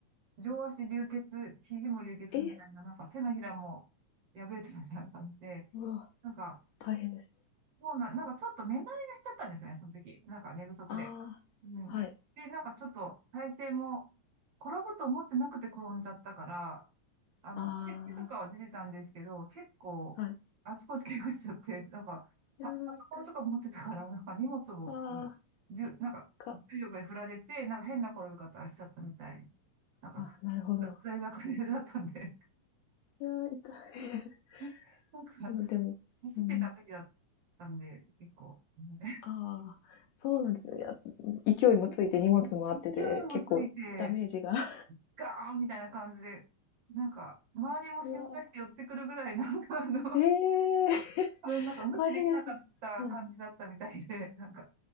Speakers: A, on the right (about 80°); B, on the left (about 80°).
A: 両足流血、肘も流血みたいな、
B: え
A: なんか手のひらも破れてるみたいな感じで、
B: うわ、
A: なんか、
B: 大変です。
A: もうな、なんかちょっとめまいがしちゃったんですね、その時。なんか寝不足で。
B: あーはい。
A: うん。で、なんかちょっと体勢も、転ぶと思ってなくて転んじゃったから、あの、
B: あ
A: 手、手とかは出てたんですけど、結構、
B: あ、はい。
A: あちこち怪我しちゃって、<laughs> なんか、
B: ピア痛い。
A: パ、パソコンとか持ってたから、なんか荷物を、
B: あー、
A: じゅ、なんか、
B: か、
A: 重力で振られて、なんか変な転び方しちゃったみたい。なんか、
B: あ、
A: く下り坂でだったんで、
B: なるほど。いや、痛い。
A: <laughs> なんか、
B: <laughs> まあでも、
A: 走ってた時だったんで、
B: うん、
A: 結構、ね
B: ああ、そうなんですね。いや、勢いもついて荷物もあってで、
A: <laughs> 勢いもついて、
B: 結構ダメージが。<laughs>
A: ガーンみたいな感じで、なんか、周りも心配して寄ってくるぐらい、
B: うわ
A: なんかあの、
B: ーええー
A: それなんか無視できなかった感じだったみたいで、
B: 大変でしたね。はい。
A: <laughs> なんか、